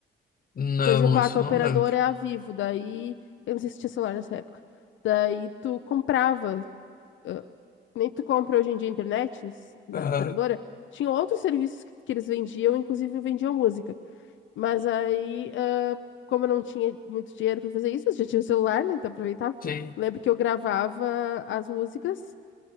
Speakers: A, on the left (about 45°); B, on the left (about 75°).
A: Não,
B: Por exemplo,
A: isso
B: ah, a tua
A: eu
B: operadora
A: não lembro.
B: é a Vivo, daí eu não sei se tinha celular nessa época. Daí tu comprava, ah, nem tu compra hoje em dia internet nos- na
A: Aham.
B: operadora, tinha outros serviços que, que eles vendiam, inclusive vendiam música. Mas aí, ah, como eu não tinha muito dinheiro para fazer isso, mas já tinha um celular, né? Então aproveitava.
A: Sim,
B: Eu Lembro que eu gravava as músicas,